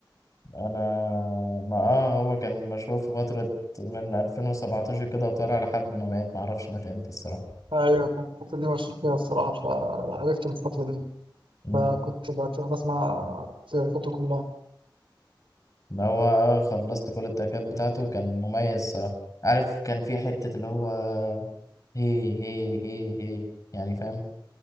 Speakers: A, on the left; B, on the right.
A: انا ما اه هو كان مشهور في فترة من 2017 كده وطلع لحد ما مات معرفش مات امتى الصراحة
B: ايوه كان الفترة دي مشهور فيها الصراحة فعرفته في الفترة دي
A: امم
B: فكنت بت- بسمع فرقته كلها
A: ان هو آه خلصت كل التراكات بتاعته كان مميز الصراحة عارف كان في حتة اللي هو هي هي هي هي يعني فاهم